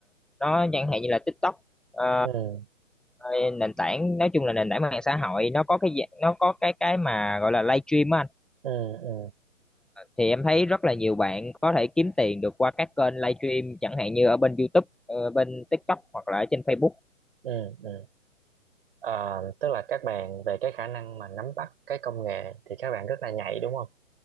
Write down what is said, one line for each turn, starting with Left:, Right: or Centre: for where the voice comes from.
Centre: nó chẳng hạn như là TikTok ờ,
Right: ừ
Centre: Rồi nền tảng nói chung là nền tảng mạng xã hội nó có cái dạng- nó có cái cái mà gọi là live stream á anh
Right: ừ ừ
Centre: thì em thấy rất là nhiều bạn có thể kiếm tiền được qua các kênh live stream chẳng hạn như ở bên YouTube ờ, bên TikTok hoặc là ở trên Facebook
Right: ừ ừ Ờ, tức là các bạn về cái khả năng mà nắm bắt cái công nghệ thì các bạn rất là nhạy đúng không